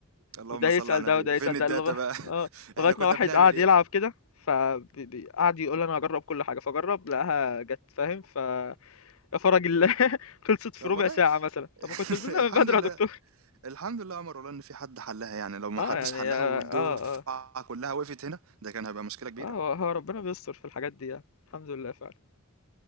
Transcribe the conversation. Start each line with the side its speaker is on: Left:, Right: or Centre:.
Right: اللهم
Left: وده يسال
Right: صل على
Left: ده
Right: النبي
Left: وده يسال
Right: فين
Left: ده
Right: الداتا
Left: لغايه
Right: بقى
Left: اه
Right: <laughs>
Left: لغايه
Right: احنا كنا
Left: ما واحد
Right: بنعمل
Left: قعد
Right: ايه
Left: يلعب كده فقعد يقول انا هجرب كل حاجه فجرب لقاها جت فاهم ف يا فرج الله <laughs> خلصت في
Right: طب
Left: ربع
Right: والله
Left: ساعه مثلا
Right: <laughs>
Left: طب ما كنت قلت لنا
Right: الحمد
Left: من بدري
Right: لله
Left: يا دكتور
Right: الحمد لله يا عمر والله ان في حد حلها يعني لو ما
Left: اه
Right: حدش
Left: يعني
Right: حلها
Left: اه
Right: والدفعه
Left: اه اه
Right: كلها وقفت هنا ده كان هيبقى مشكله كبيره
Left: آه، هو هو ربنا بيستر في الحاجات دي يعني الحمد لله فعلا